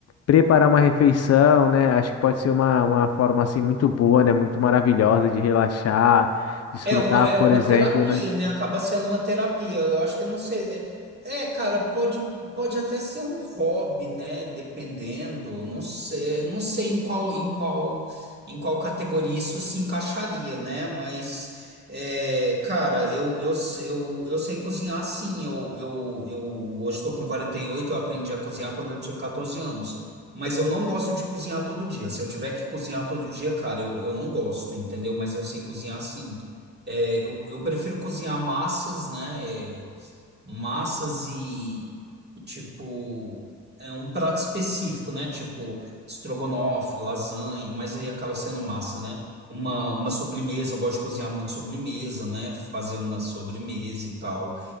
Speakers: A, on the left; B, on the right.
A: preparar uma refeição, né, acho que pode ser uma, uma forma assim muito boa, né, muito maravilhosa de relaxar, desfrutar,
B: É uma, é
A: por
B: uma
A: exemplo,
B: terapia,
A: né?
B: né? Acaba sendo uma terapia. Eu acho que não sei. É, é, cara, pode, pode até ser um hobby, né? Dependendo. Não sei, não sei em qual, em qual, em qual categoria isso se encaixaria, né? Mas, é, cara, eu, eu, eu, eu sei cozinhar sim. Eu, eu, eu hoje estou com 48. eu aprendi a cozinhar quando eu tinha 14 anos. Mas eu não gosto de cozinhar todo dia. Se eu tiver que cozinhar todo dia, cara, eu, eu não gosto, entendeu? Mas eu sei cozinhar sim. É, eu, eu prefiro cozinhar massas, né? É, massas e, tipo, é um prato específico, né? Tipo, estrogonofe, lasanha, mas aí acaba sendo massa, né? Uma, uma sobremesa, eu gosto de cozinhar muito sobremesa, né? Fazer uma sobremesa e tal.